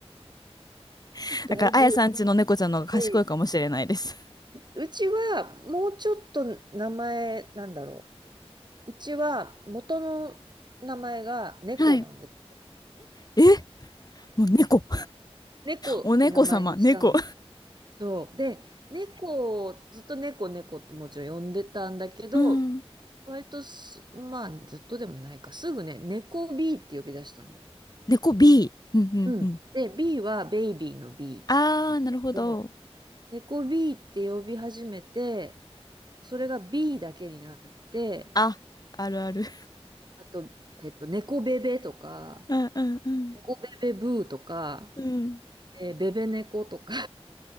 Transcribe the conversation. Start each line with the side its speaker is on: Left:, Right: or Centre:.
Left: <laughs>
Right: だいぶ、
Left: だから、あやさんちの猫ちゃんの方が賢いかもしれないです。
Right: うん、ううちはもうちょっと名前なんだろう。うちは元の名前が猫なんです。
Left: はい。え、もう猫。
Right: 猫って名前にしたの。
Left: お猫様、猫。
Right: そう。で、猫を、ずっと猫猫ってもちろん呼んでたんだけど、
Left: うん。
Right: 割とす、まあずっとでもないか、すぐね、猫 B って呼び出したの。
Left: 猫 B。うんうんうん。
Right: うん。で、B はベイビーの
Left: あー、
Right: B なんだけど、
Left: なるほど。
Right: 猫 B って呼び始めて、それが B だけになって、
Left: あ、あるある。
Right: あと、えっと、猫ベベとか、
Left: うんうんうん。
Right: 猫ベベブーとか、
Left: うん。
Right: えー、ベベ猫とか、